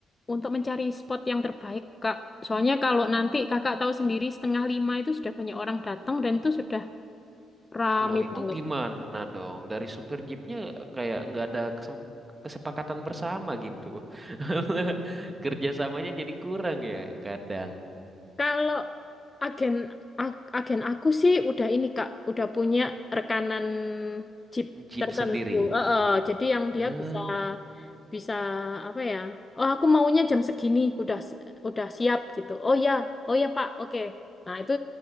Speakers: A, on the left; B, on the right.
A: untuk mencari spot yang terbaik, Kak. Soalnya kalau nanti kakak tahu sendiri setengah lima itu sudah banyak orang datang dan itu sudah rame
B: loh itu
A: banget.
B: gimana dong dari supir jeepnya kayak nggak ada kesem- kesepakatan bersama gitu <laughs> kerjasamanya jadi kurang ya kadang
A: Kalau agen a- agen aku sih udah ini, Kak, udah punya rekanan jeep
B: jeep
A: tertentu.
B: sendiri
A: Eh, eh, jadi yang
B: Hmm,
A: dia bisa bisa apa ya? Oh, aku maunya jam segini, udah si- udah siap gitu. Oh ya, oh ya Pak, oke. Nah itu